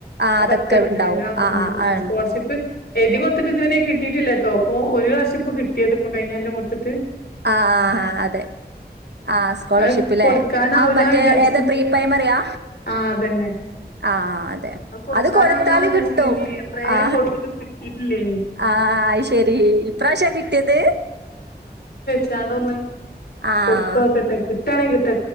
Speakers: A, on the right; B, on the left.
A: ആഹ്
B: അതൊക്കെ ണ്ട്
A: ഇണ്ടാവും
B: എല്ലാതുണ്ട്
A: ആഹ് ആഹ്
B: ആ
A: ആണ്
B: സ്കോളർഷിപ്പ് എഴുതി കൊ തിട്ട് ഇത് വരെ കിട്ടിട്ടില്ല ട്ടോ ഇപ്പോ ഒരു പ്രാവിശ്യം ഇപ്പൊ കിട്ടിയത് പ്പൊ കഴി എന്ന കൊട്ത്തിട്ട്
A: ആ ആ ആ അതെ ആ സ്കൊളർഷിപ്പലേ
B: അത് കൊടുക്കാനാവൂല
A: ആ മറ്റേ
B: വിചാരിച്ച്
A: ഏത് പ്രീ പ്രൈമ മറിയാ
B: ആഹ് അതന്നെ
A: ആ അതെ
B: കൊടുക്കാനാവൂല
A: അത് കൊടുത്താല്
B: വിചാരിച്ച്
A: കിട്ടും
B: പിന്നിം എത്രേ
A: ആ
B: കൊടുത്തിട്ടും കിട്ടിയിട്ടില്ലേനി
A: ആ അയ്ശെരി ഇപ്രാവശ്യാ കിട്ടിയത്
B: ച്ചാണ്ടൊന്ന്
A: ആഹ്
B: കൊടുത്തോക്കെട്ടെ കി ട്ടാണെക്